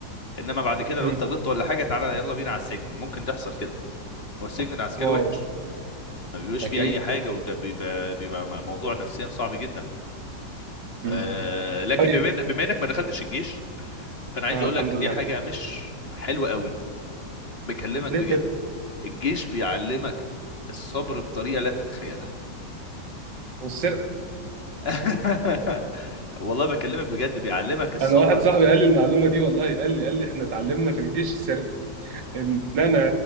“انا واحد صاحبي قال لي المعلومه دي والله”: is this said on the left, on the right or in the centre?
Right